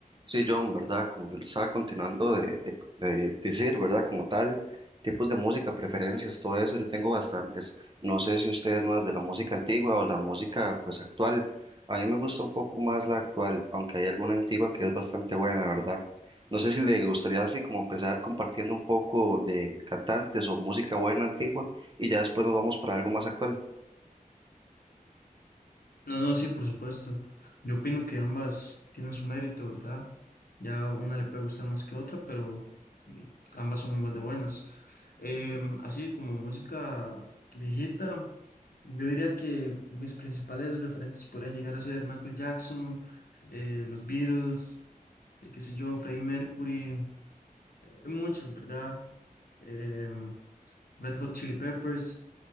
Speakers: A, on the right; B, on the left.
A: Sí, John, ¿verdad? Como yo le estaba continuando de, de- de decir, ¿verdad? Como tal, tipos de música, preferencias, todo eso, yo tengo bastantes. No sé si usted es más de la música antigua o la música, pues, actual. A mí me gusta un poco más la actual, aunque hay alguna antigua que es bastante buena, ¿verdad? No sé si le gustaría así como empezar compartiendo un poco de cantantes o música buena antigua y ya después nos vamos para algo más actual.
B: No, no, sí, por supuesto. Yo opino que ambas tienen su mérito, ¿verdad? Ya una le puede gustar más que otra, pero mm, ambas son igual de buenas. Em, así como música viejita, yo diría que mis principales referentes podrían llegar a ser Michael Jackson, eh, los Beatles, eh, qué sé yo, Freddie Mercury, hay muchos, ¿verdad? Em, Red Hot Chili Peppers.